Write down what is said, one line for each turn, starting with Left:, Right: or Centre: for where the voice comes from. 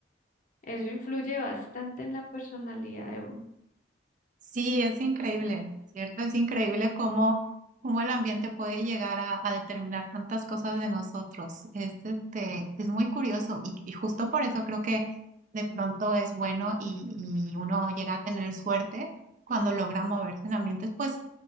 Left: Eso influye bastante en la personalidad de uno.
Right: Sí, es increíble, ¿cierto? Es increíble cómo, cómo el ambiente puede llegar a, a determinar tantas cosas de nosotros. Es, este, es muy curioso y, y justo por eso creo que de pronto es bueno y, y uno llega a tener suerte cuando logra moverse en ambientes pues